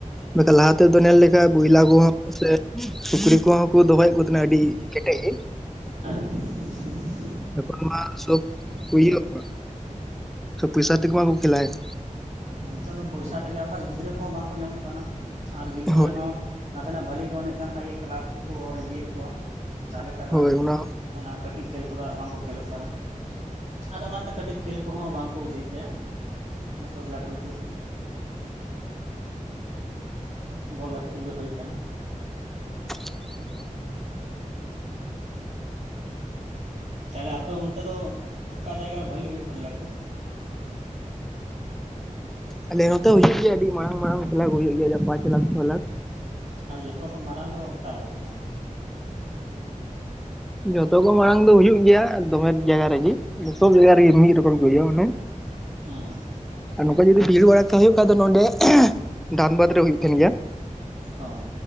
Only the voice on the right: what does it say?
ᱦᱮ᱾
ᱱᱮᱛᱟᱨ ᱫᱚ ᱯᱚᱭᱥᱟ ᱛᱮᱜᱮ ᱟᱨ ᱵᱟᱝᱠᱟᱱ ᱜᱤᱫᱽᱨᱟᱹ ᱠᱚᱦᱚᱸ ᱵᱟᱝ ᱠᱚ ᱧᱟᱢᱚᱜ ᱠᱟᱱᱟ᱾ ᱟᱨ ᱜᱤᱫᱽᱨᱟᱹ
ᱦᱚᱸ ᱱᱟᱥᱮᱱᱟᱜ ᱵᱷᱟᱹᱞᱤ ᱠᱚ ᱮᱱᱮᱡ ᱠᱟᱱ ᱠᱷᱟᱡ ᱜᱮ ᱠᱞᱟᱵᱽ ᱠᱚᱠᱚ ᱚᱨ ᱤᱫᱤᱭᱮᱫ ᱠᱚᱣᱟ᱾ ᱛᱟᱦᱚᱞᱮ ᱠᱷᱟᱱ ᱫᱚ
ᱟᱨ
ᱚᱱᱟ ᱠᱟᱹᱴᱤᱡ ᱠᱷᱮᱞ ᱠᱚᱫᱚ ᱟᱨ ᱵᱟᱝ ᱠᱚ ᱠᱷᱮᱞᱳᱜ ᱠᱟᱱᱟ ᱾ ᱟᱫᱚ ᱚᱱᱟ ᱛᱮ ᱠᱟᱹᱴᱤᱡ ᱠᱷᱮᱞ ᱠᱚᱦᱚᱸ ᱵᱟᱝ ᱠᱚ ᱡᱷᱤᱡ ᱫᱟ ᱾ ᱦᱮᱸ ᱥᱚᱵ ᱞᱟᱹᱴᱩ ᱞᱟᱹᱴᱩ ᱵᱚᱞ ᱜᱟᱛᱮ ᱠᱚᱜᱮ ᱦᱩᱭᱩᱜ ᱠᱟᱱᱟ᱾
ᱛᱟᱦᱞᱮ ᱟᱯᱮ ᱚᱱᱛᱮ ᱫᱚ ᱚᱠᱟ ᱡᱟᱭᱜᱟ ᱨᱮ ᱵᱷᱟᱞᱤ ᱦᱩᱭᱩᱜ ᱛᱮᱦᱱᱟ ᱞᱟᱹᱴᱩ?
ᱟᱫᱚ ᱡᱚᱛᱚ ᱠᱷᱚᱱ ᱢᱟᱨᱟᱝ ᱫᱚ ᱚᱠᱟᱨᱮ ᱦᱩᱭᱩᱜ ᱠᱟᱱᱟ?
ᱦᱩᱸ᱾
ᱦᱚᱸ